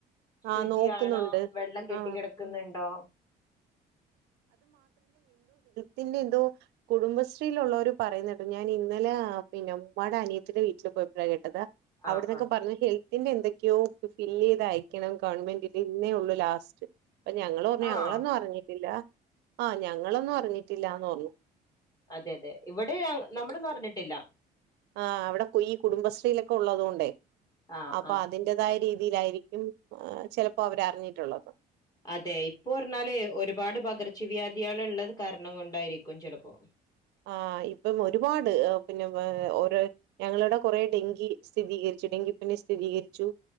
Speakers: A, on the left; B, on the right.
A: ശുചിയാണോ
B: ആ നോക്കുന്നുണ്ട്
A: വെള്ളം കെട്ടി
B: ആ
A: കിടക്കുന്നുണ്ടോ
B: പിന്നെന്തോ കുടുംബശ്രീലുളോര് പറയുന്നേട്ടു ഞാൻ ഇന്നലെ പിന്നെ ഉമ്മാടെ അനിയത്തിന്റെ വീട്ടിൽ <unintelligible> കേട്ടത് അവിടന്നൊക്കെ
A: ആഹ് ആഹ്
B: പറഞ്ഞ് ഹെൽ പിന്നെന്തൊക്കെയോ ഫി ഫില്ലെയ്ത് അയക്കണം ഗവൺമെന്റിൽ ഇന്നേ ഉള്ളൂ ലാസ്റ്റ് അപ്പൊ ഞങ്ങൾ പറഞ്ഞു
A: ആഹ്
B: ഞങ്ങളൊന്നും അറിഞ്ഞിട്ടില്ല ആ ഞങ്ങളൊന്നും അറിഞ്ഞിട്ടില്ലാന്നർഞ്ഞു
A: അതെ അതെ ഇവിടെ നമ്മളൊന്നും അറിഞ്ഞിട്ടില്ല
B: ആ അവിടെ ഈ കുടുംബശ്രീയിലൊക്കെ ഉള്ളതോണ്ടേ
A: ആഹ്
B: അപ്പൊ
A: ആഹ്
B: അതിന്റെതായ രീതി തിയിലായിരിക്കും ചിലപ്പോ അവരറിഞ്ഞിട്ടുള്ളത്
A: അതെ ഇപ്പൊ പറഞ്ഞാല് ഒരുപാട് പകർ ച്ചവ്യാധികള്ള്ളത് കാരണം കൊണ്ടായിരിക്കും ചെലപ്പോ
B: ആ ഇപ്പം ഒരുപാട് പിന്നെ ഏ ഓരോ ഞങ്ങളുടെ കൊറെ ഡെങ്കി സ്ഥിതീകരിച്ചു ഡെങ്കിപനി സ്ഥിരീകരിച്ചു